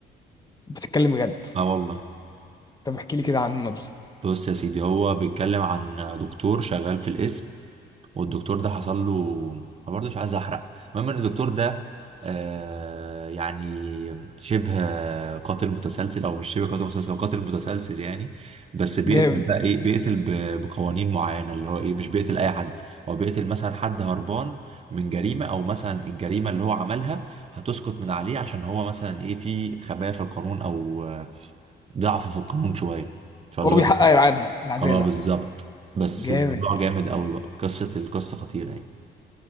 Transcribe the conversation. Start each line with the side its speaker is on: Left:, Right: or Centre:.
Left: بتتكلم بجد
Right: اه والله
Left: طب احكي لي كده عنه نبذه
Right: بص يا سيدي هو بيتكلم عن دكتور شغال في القسم والدكتور ده حصل له انا برضه مش عايز احرق المهم ان الدكتور ده آه يعني شبه قاتل متسلسل او مش شبه قاتل متسلسل هو قاتل متسلسل يعني بس بيقتل
Left: جامد
Right: بقى ايه بيقتل ب- بقوانين معينه اللي هو ايه مش بيقتل اي حد هو بيقتل مثلا حد هربان من جريمه او مثلا الجريمه اللي هو عملها هتسقط من عليه عشان هو مثلا ايه في خبايا في القانون او آه، ضعف في القانون شويه فاللي
Left: هو
Right: هو
Left: بيحقق
Right: إيه؟
Left: العدل العداله
Right: اه بالظبط بس
Left: جامد
Right: الموضوع جامد قوي بقى قصه القصه خطيره يعني